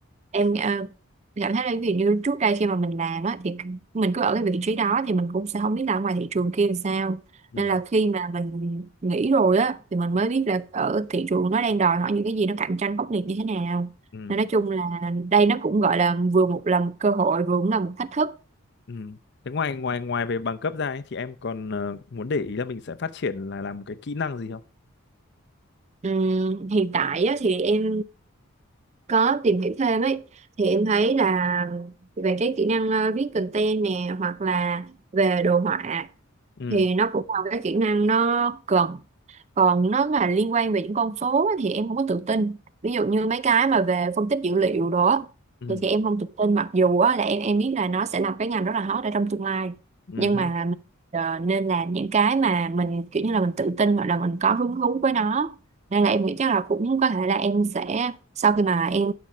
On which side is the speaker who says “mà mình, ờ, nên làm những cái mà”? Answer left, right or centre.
Right